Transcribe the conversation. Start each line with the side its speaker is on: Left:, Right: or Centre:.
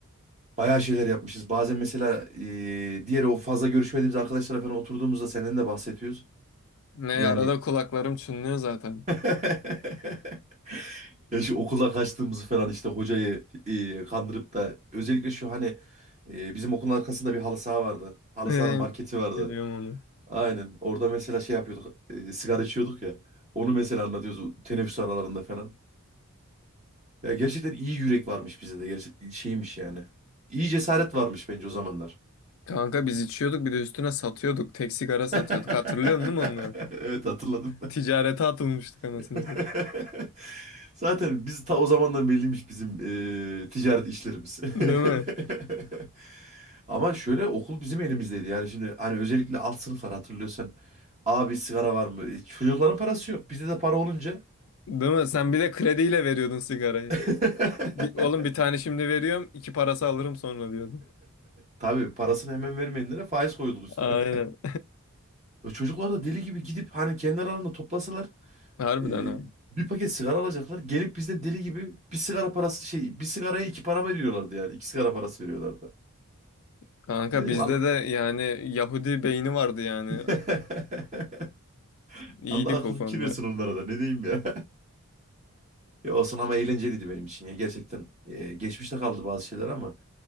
Right: bayağı şeyler yapmışız. Bazen mesela e, diğer o fazla görüşmediğimiz arkadaşlara falan oturduğumuzda senden de bahsediyoruz.
Left: Ne
Right: Yani
Left: arada kulaklarım çınlıyor zaten.
Right: <laughs> Ya şu okula kaçtığımızı falan işte hocayı e, kandırıp da özellikle şu hani e, bizim okulun arkasında bir halı saha vardı. Halı
Left: Ee,
Right: sahanın marketi vardı.
Left: Biliyorum onu.
Right: Aynen. Orada mesela şey yapıyorduk. e, sigara içiyorduk ya. Onu mesela anlatıyoruz teneffüs aralarında falan. Ya gerçekten iyi yürek varmış bizde de. Gerçek şeymiş yani. İyi cesaret varmış bence o zamanlar.
Left: Kanka biz içiyorduk bir de üstüne satıyorduk. Tek sigara satıyorduk.
Right: <laughs>
Left: Hatırlıyorsun değil mi onları?
Right: Evet hatırladım.
Left: Ticarete atılmıştık anasını
Right: <laughs>
Left: satayım.
Right: Zaten biz ta o zamandan belliymiş bizim e, ticaret işlerimiz.
Left: Değil mi?
Right: <laughs> Ama şöyle okul bizim elimizdeydi. Yani şimdi hani özellikle alt sınıflar hatırlıyorsan abi sigara var mı? E, Çocukların parası yok. Bizde de para olunca.
Left: Değil mi? Sen bir de krediyle veriyordun sigarayı.
Right: <laughs>
Left: Bir, oğlum bir tane şimdi veriyorum, iki parası alırım sonra diyordun.
Right: Tabii parasını hemen vermeyenlere faiz koyduk üstüne.
Left: Aynen.
Right: <laughs> Çocuklar da deli gibi gidip hani kendi aralarında toplasalar
Left: Harbiden
Right: e,
Left: ha.
Right: bir paket sigara alacaklar. Gelip bizden deli gibi bir sigara parası şey bir sigaraya iki para veriyorlardı yani. İki sigara parası veriyorlardı.
Left: Kanka
Right: Ne diyeyim
Left: bizde
Right: Allah.
Left: de yani Yahudi beyni vardı yani.
Right: <laughs>
Left: İyiydik
Right: Allah akıl
Left: o
Right: fikir
Left: konuda.
Right: versin onlara da ne diyeyim ya. Ya olsun ama eğlenceliydi benim için ya. Gerçekten e, geçmişte kaldı bazı şeyler ama